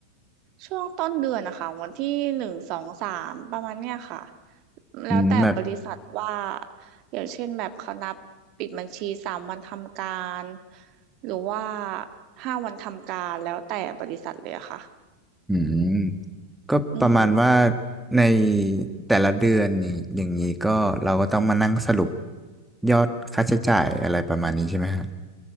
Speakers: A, on the right (about 40°); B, in the centre.
A: ช่วงต้นเดือนนะคะวันที่หนึ่งสองสามประมาณเนี้ยค่ะแล้วแต่บริษัทว่า
B: อืมแบบ
A: อย่างเช่นแบบเขานับปิดบัญชีสามวันทำการหรือว่าห้าวันทำการแล้วแต่บริษัทเลยอะค่ะ
B: อืม ก็ประมาณว่า
A: อืม
B: ในแต่ละเดือนนี่อย่างนี้ก็เราก็ต้องมานั่งสรุปยอดค่าใช้จ่ายอะไรประมาณนี้ใช่ไหมฮะ